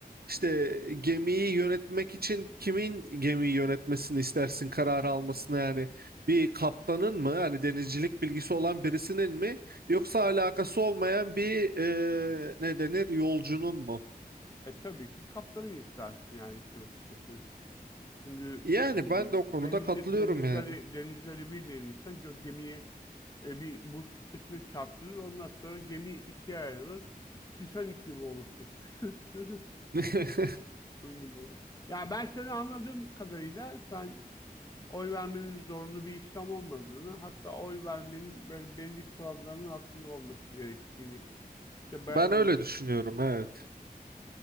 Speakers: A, on the right; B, on the left.
A: İşte gemiyi yönetmek için kimin gemiyi yönetmesini istersin kararı almasını yani bir kaptanın mı hani denizcilik bilgisi olan birisinin mi yoksa alakası olmayan bir e, ne denir yolcunun mu?
B: E, tabii ki kaptanı istersin yani işin açıkçası. Çünkü
A: Yani
B: e,
A: ben de o konuda
B: denizi,
A: katılıyorum
B: denizleri,
A: yani.
B: denizleri bilmeyen insan gö- gemiyi E, bir buz kütlesine çarptırır. Ondan sonra gemi ikiye ayrılır. Titanic gibi olursun. <laughs>
A: <laughs>
B: Bunun gibi olur. Yani ben seni anladığım kadarıyla sen oy vermenin zorunlu bir işlem olmadığını, hatta oy vermenin böyle belli kuralların altında olması gerektiğini. İşte beyaz
A: Ben öyle
B: bir-
A: düşünüyorum evet.